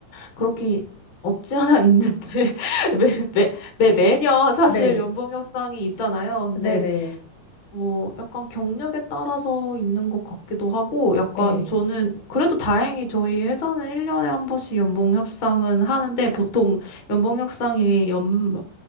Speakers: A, on the left; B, on the left.
A: 그렇게 없지 않아 있는데, <laughs> 매, 매, 매, 매년 사실
B: 네.
A: 연봉 협상이 있잖아요. 근데,
B: 네네.
A: 어, 약간 경력에 따라서 있는 것 같기도 하고, 약간
B: 네.
A: 저는 그래도 다행히 저희 회사는 1년에 한 번씩 연봉 협상은 하는데, 보통 연봉 협상이 연,